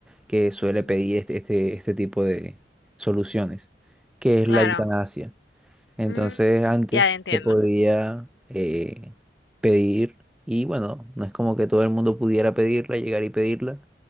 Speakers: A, in the centre; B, on the left.
A: que suele
B: Mm,
A: pedir este, este, este tipo de soluciones, que es
B: Claro.
A: la eutanasia. Entonces
B: Mm,
A: antes
B: ya entiendo.
A: se podía eh, pedir y bueno, no es como que todo el mundo pudiera pedirla, llegar y pedirla.